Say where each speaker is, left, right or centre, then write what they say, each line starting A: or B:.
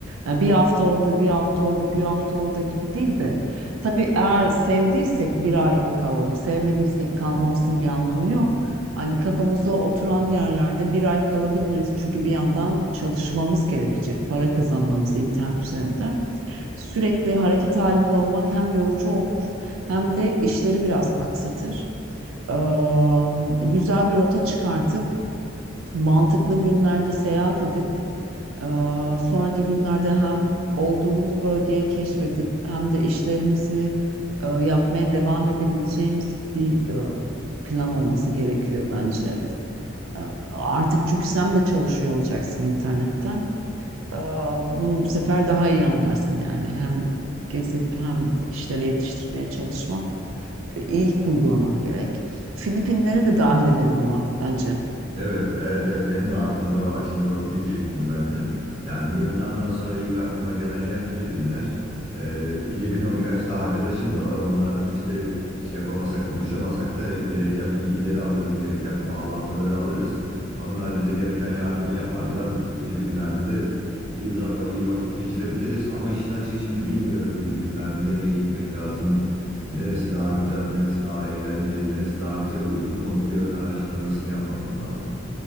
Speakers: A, on the right (about 85°); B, on the right (about 35°).
A: Yani bir hafta orada bir hafta orada bir hafta orada gibi değil de tabii eğer sevdiysek bir ay kalalım sevmediysek kalmamızın bir anlamı yok. Hani kafamıza oturan yerlerde bir ay kalabiliriz çünkü bir yandan çalışmamız gerekecek para kazanmamız internet üzerinden. Sürekli hareket halinde olmak hem yorucu olur hem de işleri biraz aksatır. Eee, güzel bir rota çıkartıp mantıklı günlerde seyahat edip eee, sonraki günlerde hem olduğumuz bölgeyi keşfedip hem de işlerimizi eee, yapmaya devam edebileceğimiz bir eee, plan olması gerekiyor bence. Eee, artık çünkü sen de çalışıyor olacaksın internetten. Eee, bu sefer daha iyi anlarsın yani hem gezip hem işleri yetiştirmeye çalışmak e, iyi kurgulamak gerek. Filipinleri de dahil edelim ama bence.
B: Evet, evet, evet. Benim de aklımda var. Şimdi onu diyecektim ben de. Yani Vietnam'dan sonra ilk aklıma gelen yer Filipinler. Ee, Filipino birkaç da arkadaşım da var. Onlardan işte şey yapamasak, buluşamasak da gereken bilgileri alırız, gereken bağlantıları alırız. Onlar bize gereken yardımı yaparlar. Filipinler'de de İyi zava- iyi vakit geçirebiliriz ama işin açığı şimdi bilmiyorum Filipinler'de nereye gitmek lazım. Neresi daha güzel, neresi daha eğlenceli, neresi daha bize uygun onun bir ön araştırmasını yapmamız lazım.